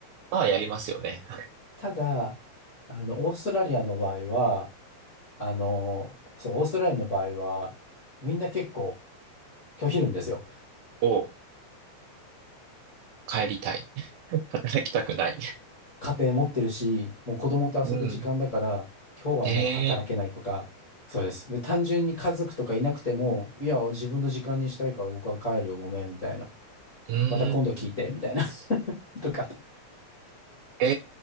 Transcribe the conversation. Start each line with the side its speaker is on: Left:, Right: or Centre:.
Right: まあ、やりますよね。
Left: ただ、あの、オーストラリアの場合は、あの、そう、オーストラリアの場合は、みんな結構拒否るんですよ。
Right: を帰りたい。<laughs> 働きたくない。
Left: 家庭持ってるし、もう子供と遊ぶ時間だから、
Right: うん。
Left: 今日はもう働けないとか、
Right: ええ
Left: そうです。で、単純に家族とかいなくても、いや、自分の時間にしたいから僕は帰るよ、ごめん、みたいな。
Right: ーうん。
Left: また今度聞いて、みたいな。<laughs> とか。
Right: え